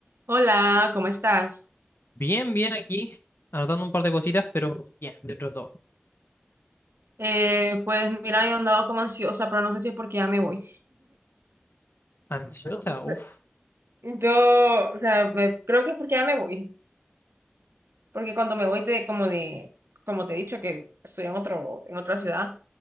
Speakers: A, on the right (about 85°); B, on the left (about 65°).
A: Hola, ¿cómo estás?
B: Bien, bien aquí, anotando un par de cositas, pero bien, de otros dos
A: Eh, pues mira, yo andado como ansiosa, pero no sé si es porque ya me voy.
B: Ansiosa,
A: <laughs> O sea,
B: uff.
A: Yo, o sea, me- creo que es porque ya me voy. Porque cuando me voy de, como de, como te he dicho, que estoy en otro, en otra ciudad,